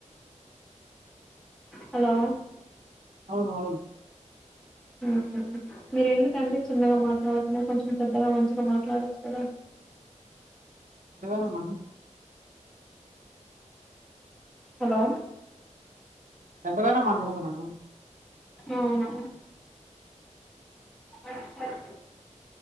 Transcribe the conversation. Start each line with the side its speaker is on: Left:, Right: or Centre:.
Centre: హలో.
Right: అవును అవును.
Centre: ఉమ్ మీరేందుకండి చిన్నగా మాట్లాడుతున్నారు కొంచెం పెద్దగా మంచిగా మాట్లాడచ్చు కదా.
Right: ఏందమ్మా.
Centre: హలో.
Right: గట్టిగానే మాట్లాడుతున్నాను.
Centre: అవునా ఆహ్.